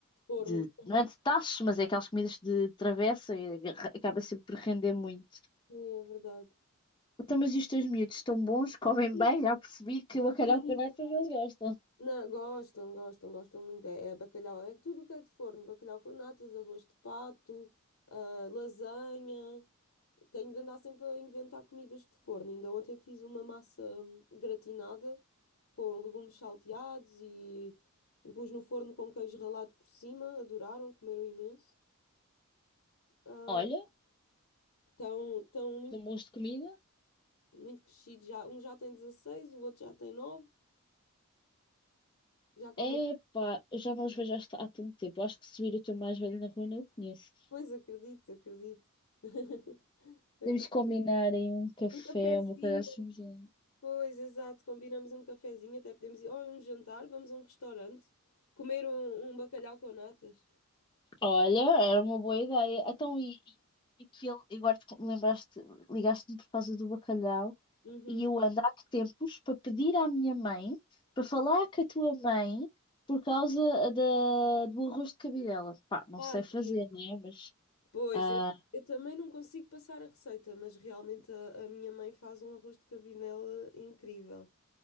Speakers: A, on the left (about 80°); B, on the left (about 20°).
A: Forno.
B: de- não é de tachos, mas é aquelas comidas de travessa e agarra- acaba sempre por render muito.
A: Sim, é verdade.
B: Então, mas e os teus miúdos estão bons, comem
A: Sim,
B: bem, já percebi que o bacalhau
A: sim.
B: com nata eles gostam.
A: Não, gostam, gostam, gostam muito. É, é bacalhau, é tudo o que é de forno. Bacalhau com natas, arroz de pato, ah, lasanha. Tenho de andar sempre a inventar comidas de forno. Ainda ontem fiz uma massa hum, gratinada com legumes salteados e pus no forno com queijo ralado por cima. Adoraram, comeram imenso. Ah,
B: Olha,
A: Estão, estão muito,
B: estão bons de comida.
A: muito crescidos já. Um já tem dezasseis o outro já tem nove Já comem
B: É pá, eu já não os vejo há, há tanto tempo. Eu Acho que se vir o teu mais velho na rua não o conheço.
A: coisa, acredito, acredito. <laughs> Acredito.
B: Temos que combinar em um café,
A: Um cafezinho.
B: uma coisa assim. do género.
A: Pois, exato. Combinamos um cafezinho, até podemos ir. Ou a um jantar, vamos a um restaurante. Comer um, um bacalhau com natas.
B: Olha, era uma boa ideia. Então, e, e, e que ele, agora te lembraste, ligaste-me por causa do bacalhau.
A: Uhum.
B: E eu ando há que tempos para pedir à minha mãe para falar com a tua mãe por causa eh, da, do arroz de cabidela. Pá, não
A: Ah,
B: sei fazer,
A: sim.
B: né? Mas.
A: Pois,
B: ah,
A: eu, eu também não consigo passar a receita, mas realmente a, a minha mãe faz um arroz de cabidela incrível.